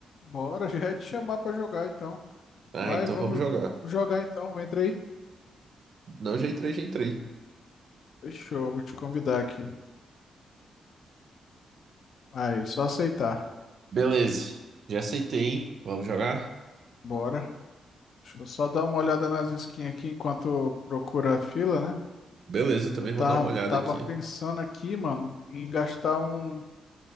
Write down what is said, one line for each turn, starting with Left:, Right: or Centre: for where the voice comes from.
Left: Bora, <laughs> já ia te chamar pra jogar então.
Right: Ah,
Left: Vai,
Right: então
Left: vamos
Right: vamos jogar.
Left: vamos jogar então. Entra aí.
Right: Não, já entrei, já entrei.
Left: Fechou, vou te convidar aqui. Aí, só aceitar.
Right: Beleza, já aceitei, hein? Vamos jogar?
Left: Bora. Deixa eu só dar uma olhada nas skins aqui enquanto procura a fila, né?
Right: Beleza, também
Left: Que eu tava,
Right: vou dar uma olhada
Left: tava
Right: aqui.
Left: pensando aqui, mano, em gastar um,